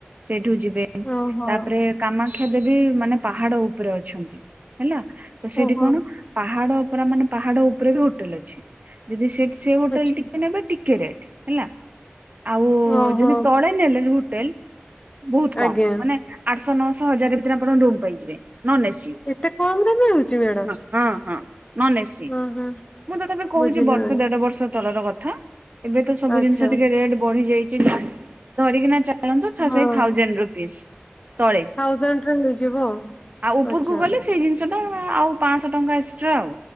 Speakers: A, on the right; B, on the left.
A: ସେଇଠୁ ଯିବେ।
B: ଓହୋ
A: ତାପରେ କାମାକ୍ଷା ଦେବୀ ମାନେ ପାହାଡ଼ ଉପରେ ଅଛନ୍ତି ହେଲା। ତ ସେଇଠି
B: ଓହୋ
A: କଣ ପାହାଡ଼ ପୁର ମାନେ ପାହାଡ଼ ଉପରେବି ହୋଟେଲ୍ ଅଛି। ଯଦି ସେ ସେହୋଟେଲ
B: ଆଚ୍ଛା
A: ଟିକେ ନେବେ ଟିକେ ରେଟ୍ ହେଲା ଆଉ
B: ଓହୋ
A: ଯଦି ତଳେ ନେଲେ ହୋଟେଲ୍ ବହୁତ୍ କମ୍
B: ଆଜ୍ଞା।
A: ମାନେ ଆଠଶହ ନଅଶହ ହଜାର ଭିତରେ ଆପଣ ରୁମ୍ ପାଇଯିବେ ନନ୍ ଏସିି
B: ଏତେ କମରେ ମିଳୁଚି ମ୍ୟାଡାମ।
A: ହଁ ହଁ ନନ୍ ଏସିି
B: ହଁ ହଁ
A: ମୁତ ତତେଏବେ କହୁଚି
B: ବୁଝିଲି
A: ବର୍ଷ
B: ମ୍ୟାଡାମ
A: ଗୋଟେ ବର୍ଷ ତଳର କଥା ଏବେତ ସବୁ
B: ଆଚ୍ଛା
A: ଜିନିଷ ଟିକେ ରେଟ୍ ବଡ଼ିଯାଇଚି ଧରିକିନା ଚା <unintelligible>
B: ହଁ
A: ସେଇ ଥାଉଜେଣ୍ଡ ରୁପିସ୍ ତଳେ
B: ଥାଉଜେଣ୍ଡରେ ହେଇଯିବ ଆଉ।
A: ଆଉ ଉପରକୁ
B: ଆଚ୍ଛା
A: ଗଲେ ସେଇ ଜିନିଷଟା ଆଉ ପାଞ୍ଚଶହ ଟଙ୍କା ଏକ୍ସଟ୍ରା ଆଉ।